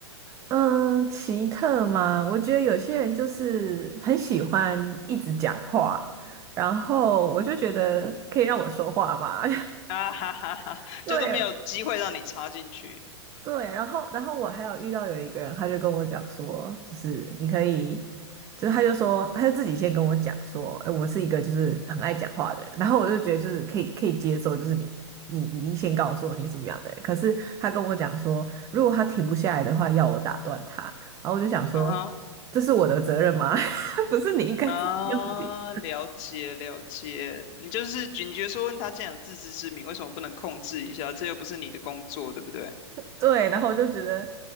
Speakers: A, on the right; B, on the left.
A: 嗯，奇特吗？我觉得有些人就是很喜欢一直讲话，然后我就觉得可以让我说话吗？
B: 啊哈哈哈，
A: <laughs> 对，
B: 就都没有机会让你插进去。
A: 对，然后然后我还有遇到有一个人，他就跟我讲说，就是你可以，就是他就说，他就自己先跟我讲说，哎，我是一个就是很爱讲话的人，然后我就觉得就是可以可以接受，就是你你你先告诉我你什么样的人，可是他跟我讲说，如果他停不下来的话，要我打断他，然后我就想说，
B: 啊哈，
A: 这是我的责任吗？<laughs> 不是你应该自己要停？
B: 啊，了解了解，你就是警觉说问他既然有自知之明，为什么不能控制一下？这又不是你的工作，对不对？
A: 对，然后我就觉得，